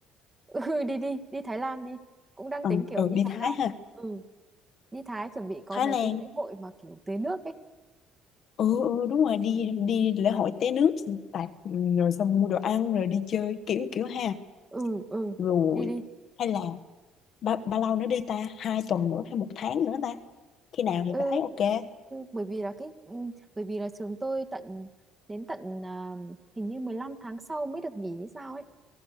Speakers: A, on the right; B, on the left.
A: <laughs> ừ đi đi đi Thái Lan đi cũng đang
B: ừ,
A: tính kiểu
B: ừ,
A: đi
B: đi
A: Thái
B: Thái
A: Lan
B: ha
A: ừ đi Thái chuẩn bị có
B: Thái
A: mấy
B: Lan
A: cái lễ hội mà kiểu tưới nước ấy
B: ừ, ừ đúng rồi đi đi lễ hội té nước xong tạt ừ, rồi xong mua đồ ăn rồi đi chơi kiểu kiểu ha
A: ừ ừ
B: rồi
A: đi đi
B: hay là ba, bao lâu nữa đi ta hai tuần nữa hay một tháng nữa ta khi nào
A: ừ,
B: thì bà thấy ok
A: bởi vì là cái ừ, bởi vì là trường tôi tận đến tận à, hình như 15 tháng sau mới được nghỉ hay sao ấy